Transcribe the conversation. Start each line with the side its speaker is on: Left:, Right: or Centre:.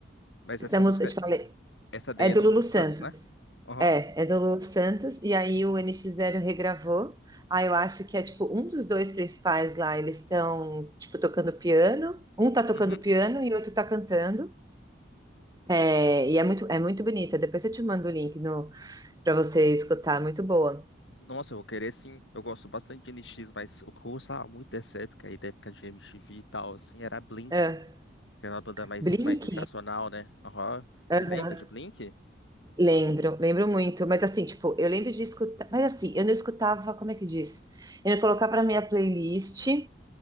Left: Mas
Right: Essa
Left: essa
Right: música,
Left: música,
Right: eu te falei.
Left: essa daí
Right: É
Left: é
Right: do
Left: do
Right: Lulu
Left: Lulu Santos,
Right: Santos.
Left: né? Aham.
Right: É, é do Lulu Santos. E aí o N X Zero regravou. Aí eu acho que é tipo um dos dois principais lá. Eles estão tipo tocando piano. Um tá tocando
Left: Uhum.
Right: piano e o outro tá cantando. É, e é muito, é muito bonita. Depois eu te mando o link no, para você escutar. Muito boa.
Left: Nossa, eu vou querer sim. Eu gosto bastante de NX, mas o que eu gostava muito dessa época aí, da época de MTV e tal, assim, era Blink,
Right: É.
Left: que era uma banda mais,
Right: Blink?
Left: mais internacional, né? Aham.
Right: Aham.
Left: Você lembra de Blink?
Right: Lembro, lembro muito. Mas assim, tipo, eu lembro de escutar. Mas assim, eu não escutava, como é que diz? Eu não colocava na minha playlist.